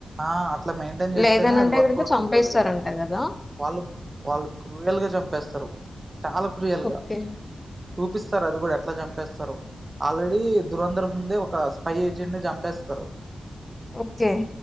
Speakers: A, on the right; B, on the left.
A: ఆ అట్లా మెయింటైన్ చేస్తేనే
B: లేదనంటే
A: అది వర్కౌట్
B: ఎక్కరించి చంపేస్తారంట
A: అవుతది
B: కదా
A: వాళ్ళు వాళ్ళు క్రియలుగా చంపేస్తారు చాలా క్రియలుగా
B: ఓకే
A: చూపిస్తారు అది కూడా ఎట్లా చంపేస్తారు ఆల్రెడీ దురంధరం ముందే ఒక స్పై ఏజెంట్ ని చంపేస్తారు
B: ఓకే